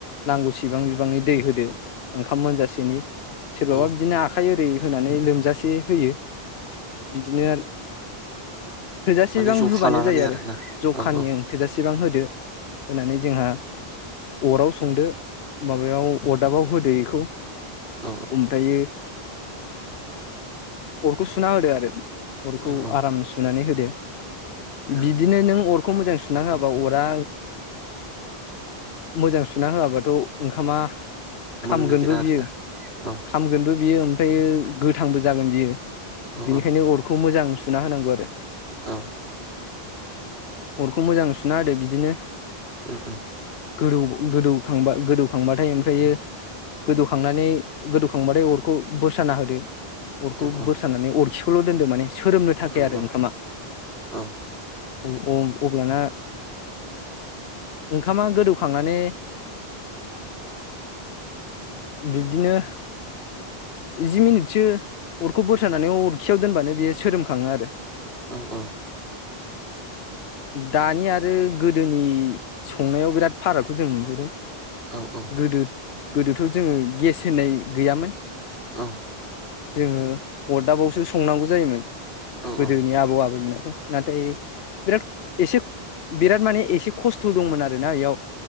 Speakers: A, on the left; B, on the right.
A: नांगौसिबां बिबानि दै होदो ओंखाम मोनजासेनि
B: एकसारफ्रा
A: सोरबाबा बिदिनो आखाइ ओरै होनानै लोमजासे होयो। बिदिनो आरो थोजासेबां
B: माने जखा
A: होबानो
B: लानानै
A: जायो
B: आरोना
A: आरो जखानि
B: औ औ
A: ओं थोजासेबां होदो। होनानै जोंहा अराव संदो। माबायाव अरदाबाव होदो खौ
B: औ
A: ओमफ्रायो अरखौ सुना होदो आरो।
B: औ औ
A: आराम सुनानै हो दो
B: औ
A: बिदिनो नों अर खौ मोजां सुना होआबा अरा मोजां सुना होआबाथ' ओंखामा
B: मोननो
A: खामगोनबो
B: नागिरा आरोना
A: बियो
B: औ
A: खामगोनबो बियो ओमफ्रायो गोथांबो जागोन बियो।
B: औ
A: बेनिखायनो
B: औ
A: अरखौ मोजां सुना होनांगौ आरो।
B: औ
A: अरखौ मोजां सुना होदो बिदिनो
B: उम उम
A: गोदौ-गोदौखांबा-गोदौखांबाथाय ओमफ्रायो गोदौखांनानै गोदौखांबाथाय अरखौ बोस्राना होदो। अरखौ
B: औ औ
A: बोरसानानै अरखि खौल' दोनदो माने सोरोम थाखाय
B: औ
A: आरो
B: औ
A: ओंखामा।
B: औ
A: अ अं अब्लाना ओंखामा गोदौखांनानै बिब्दिनो जि मिनिटसो अरखौ बुरसानानै अरखियाव दोनबानो बेयो सोरोम खाङो आरो
B: औ औ
A: दानि आरो गोदोनि संनायाव बिराद फारागखौ जों नुहुरो
B: औ औ
A: गोदो गोदोथ' जोङो गेस होनाय गैयामोन
B: औ
A: जोङो अरदाबावसो संनांगौ जायोमोन
B: औ
A: गोदोनि आबौ आबैमोना नाथाय बिराद एसे बिराद माने एसे खस्थ' दंमोन आरोना इयाव